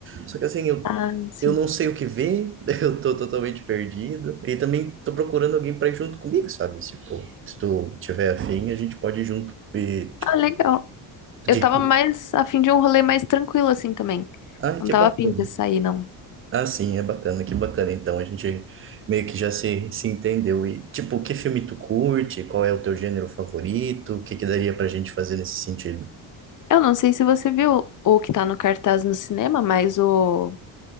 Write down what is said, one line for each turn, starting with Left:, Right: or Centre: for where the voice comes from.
Right: Só que assim, eu
Left: Ah, sim.
Right: Eu não sei o que ver, <laughs> eu tô totalmente perdido. E também tô procurando alguém pra ir junto comigo, sabe? Tipo, se tu tiver afim, a gente pode ir junto. E, tipo,
Left: Ah, legal. Eu
Right: que...
Left: tava mais a fim de um rolê mais tranquilo assim também.
Right: Ai,
Left: Não
Right: que
Left: tava
Right: bacana.
Left: a fim de sair, não.
Right: Ah, sim, é bacana, que bacana. Então, a gente meio que já se, se entendeu. E, tipo, que filme tu curte? Qual é o teu gênero favorito? O que que daria pra gente fazer nesse sentido?
Left: Eu não sei se você viu o que tá no cartaz no cinema, mas o,